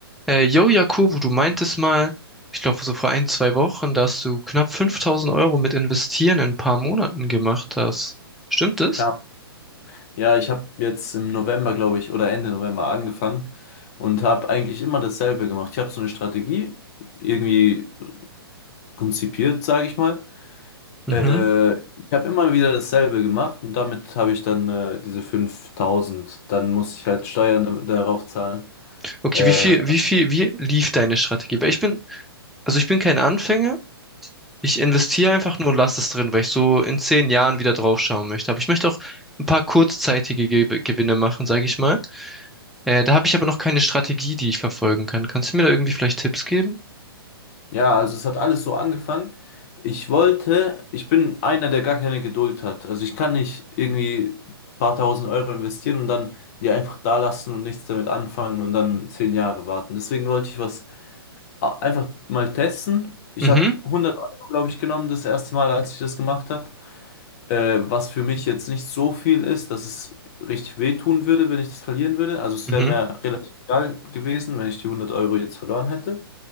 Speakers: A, in the centre; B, on the left (about 40°).
A: Äh, yo, Jakobo, du meintest mal, ich glaube so vor ein, zwei Wochen, dass du knapp 5000 Euro mit Investieren in ein paar Monaten gemacht hast. Stimmt das?
B: Ja, ja, ich habe jetzt im November, glaube ich, oder Ende November angefangen und habe eigentlich immer dasselbe gemacht. Ich habe so eine Strategie irgendwie konzipiert, sage ich mal.
A: Mhm.
B: Äh, ich habe immer wieder dasselbe gemacht und damit habe ich dann äh, diese 5000. Dann muss ich halt Steuern darauf zahlen.
A: Okay,
B: Äh,
A: wie viel, wie viel, wie lief deine Strategie? Weil ich bin, also ich bin kein Anfänger. Ich investiere einfach nur und lasse es drin, weil ich so in zehn Jahren wieder draufschauen möchte. Aber ich möchte auch ein paar kurzzeitige Ge Gewinne machen, sage ich mal. Äh, da habe ich aber noch keine Strategie, die ich verfolgen kann. Kannst du mir da irgendwie vielleicht Tipps geben?
B: Ja, also es hat alles so angefangen. Ich wollte, ich bin einer, der gar keine Geduld hat. Also ich kann nicht irgendwie ein paar tausend Euro investieren und dann die einfach da lassen und nichts damit anfangen und dann zehn Jahre warten. Deswegen wollte ich was a- einfach mal testen. Ich
A: Mhm,
B: habe hundert Euro, glaube ich, genommen das erste Mal, als ich das gemacht habe. Äh, was für mich jetzt nicht so viel ist, dass es richtig wehtun würde, wenn ich das verlieren würde. Also es
A: mhm,
B: wäre mir relativ egal gewesen, wenn ich die hundert Euro jetzt verloren hätte